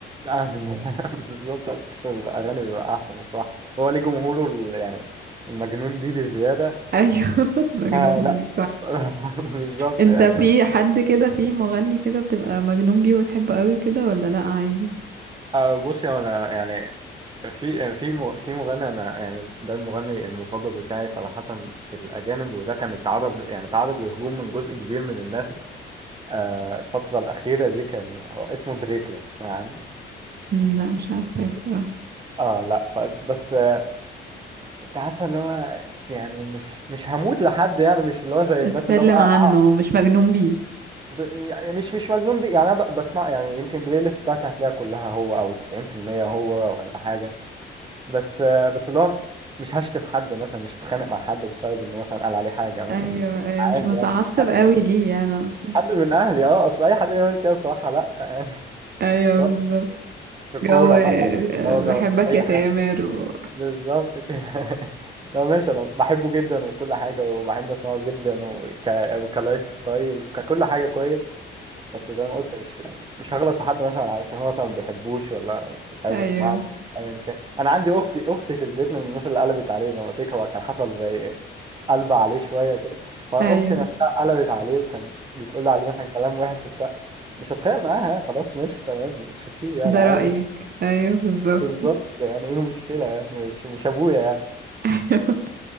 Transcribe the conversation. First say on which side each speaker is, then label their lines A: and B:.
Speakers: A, on the right (about 25°); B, on the right (about 50°).
A: أعدل. <laughs> بالظبط أصل في الأغاني بيبقى أحسن الصراحة هو ليه جمهوره ال- يعني المجنون بيه بزيادة
B: ايوه <laughs> مجنون
A: آه لا
B: بيه
A: <laughs> بالظبط
B: انت
A: يعني
B: في حد كده في مغني كده بتبقى مجنون بيه وتحبه قوي كده ولا لا عادي
A: آه بص يا أنا يعني في في م- في مغني أنا يعني ده المغني المفضل بتاعي صراحة في الأجانب وده كان اتعرض يعني اتعرض لهجوم من جزء كبير من الناس آه الفترة الأخيرة دي كان هو اسمه دريك لو تسمع عنه
B: مم، لا مش عارفه بصراحه
A: اه لا ف- بس آه، انت عارفه اللي هو يعني مش مش هموت لحد يعني مش اللي هو زي
B: اتكلم
A: الناس اللي هو بقى
B: عنه
A: آه،
B: مش مجنون بيه
A: ب... يعني مش مش مجنون بيه يعني انا ب... بسمع يعني يمكن البلاي ليست بتاعتي هتلاقيها كلها هو او 90% هو ولا حاجه بس آه، بس اللي هو مش هشتم حد مثلا مش هتخانق مع حد بسبب انه مثلا قال عليه حاجه مثلا
B: ايوه ايوه
A: عادي
B: مش <laughs> متعصب
A: يعني مش ح-
B: قوي ليه يعني اقصد
A: مش حد من اهلي اه اصل اي حد يقول كده صراحه لا يعني <laughs>
B: ايوه
A: سواء
B: بالظبط
A: في كوره
B: جو آه،
A: بقى اه
B: بحبك
A: ده في اي
B: يا تامر
A: حاجه
B: و...
A: بالظبط كده <laughs> لا ماشي انا بحبه جدا وكل حاجه وبحب اسمعه جدا وك... وكلايف ستايل ككل حاجه كويس بس زي ما قلت مش يعني مش هغلط في حد مثلا علشان هو مثلا ما بيحبوش ولا مش عايز
B: ايوه
A: يسمعه ايا كان انا عندي اختي اختي في البيت من الناس اللي قلبت عليه زي ما قلت لك هو كان حصل زي قلب عليه شويه كده فاختي
B: ايوه
A: نفسها قلبت عليه وكان بتقول لي عليه مثلا كلام وحش وبتاع مش هتخانق معاها خلاص ماشي تمام اللي تشوفيه يعني
B: ده
A: عادي
B: رأيك
A: <laughs>
B: ايوه بالظبط
A: بالظبط يعني ايه المشكله يعني مش مش ابويا يعني
B: <laughs> ايوه